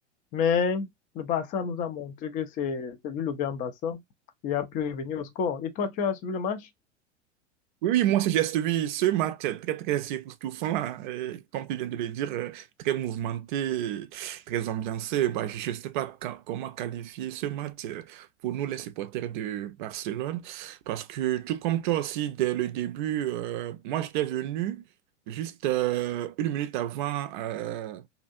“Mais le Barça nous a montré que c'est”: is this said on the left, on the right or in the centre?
Left